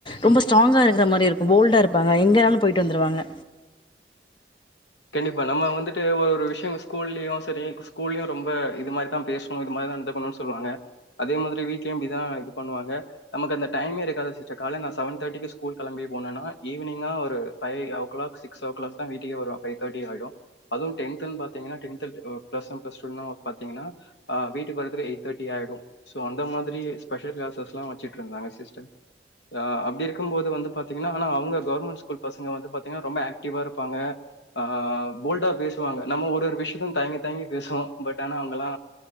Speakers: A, on the left; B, on the left.
A: ரொம்ப
B: ம்
A: ஸ்ட்ராங்கா இருக்கற மாறி இருக்கும் போல்டா இருப்பாங்க எங்கனாலும் போயிட்டு வந்துருவாங்க
B: கண்டிப்பா நம்ம வந்துட்டு ஒரு ஒரு விஷ்யோ ஸ்கூல்லயும் சரி ஸ்கூல்லயும் ரொம்ப இது மாறிதான் பேசு ம் இது மாறிதா நடந்துக்கணு சொல்வாங்க அதே மாதிரி வீட்லயு இப்டிதா இது பண்ணுவாங்க நமக்கு அந்த டைமே இருக்காது சிஸ்டர் கால நா செவன் தார்ட்டிக்கி ஸ்கூல் கெளம்பி போனேனா ஈவினிங்கா ஒரு five o'clock six o'clock தா வீட்டுக்கே வருவ ஃபைவ்தாட்டி ஆயிடு அதுவு டென்த்துன்னு பாத்தீங்கன்னா டென்த்து ப்ளஸ் ஒன் ப்ளஸ்டூனு பாத்தீங்கன்னா ஆ வீட்டுக்கு வரத்துக்கு எயிட்த்தேட்டி ஆயிடு சோ அந்த மாதிரி ஸ்பெஷல் கிளாஸஸ்ல்லா வச்சுட்ருந்தாங்க சிஸ்டர் ஆ அப்டி இருக்கும்போது வந்து பாத்தீங்கன்னா ஆனா அவுங்க கவர்மெண்ட் ஸ்கூல் பசங்க வந்து பாத்தீங்கன்னா ரொம்ப ஆக்டிவா இருப்பாங்க ஆ போல்டா பேசுவாங்க நம்ம ஒருரு விஷியத்த தயங்கி தயங்கி பேசுவோ பட் ஆனா அவுங்கல்லா